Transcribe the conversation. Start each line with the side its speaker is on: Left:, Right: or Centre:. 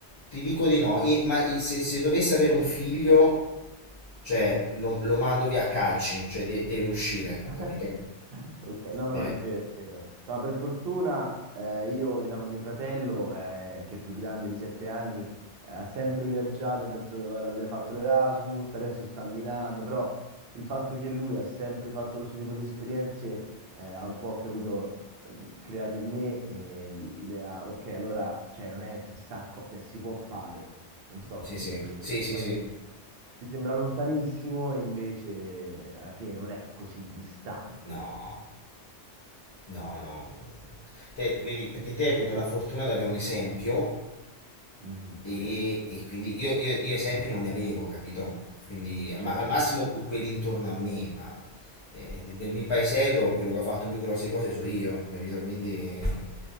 Left: ti dico di no, I- ma i- se, se dovessi avere un figlio, cioè lo, lo mando via a calci, cioè de- deve uscire,
Right: <laughs>
Left: capito?
Right: Ok, no, no,
Left: Deve-
Right: no, è vero, è vero. No, per fortuna eh, io, diciamo, mio fratello, eh, che è più grande di sette anni, eh, ha sempre viaggiato, nel senso allora, ha fatto l'Erasmus, adesso sta a Milano, però il fatto che lui ha sempre fatto questo tipo di esperienze eh, ha un po', capito, ehm, creato in me eh, l'idea, ok, allora, cioè, non è chissà cosa, cioè, si può fare, non so
Left: Sì,
Right: come
Left: sì,
Right: dire.
Left: sì, sì,
Right: Poi
Left: sì.
Right: ti sembra lontanissimo e invece alla fine non è così distante.
Left: No, no, no. Te, vedi, perché te hai avuto la fortuna di avere un esempio
Right: Mhm,
Left: E,
Right: sì,
Left: e quindi io, io- io esempi non ne avevo, capito? Quindi al,
Right: certo.
Left: ma- al massimo que- quelli intorno a me, ma eh, de- del mio paesello quello che ha fatto più grosse cose so io, capito? Quindi, eh,